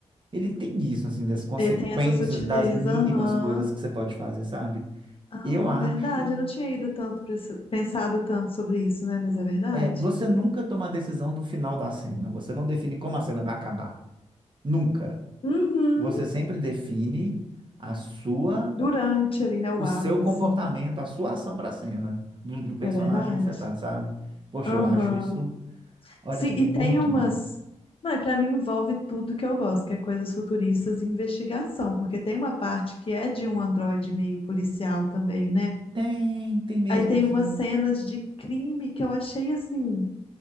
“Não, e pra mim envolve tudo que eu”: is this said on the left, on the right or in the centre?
Left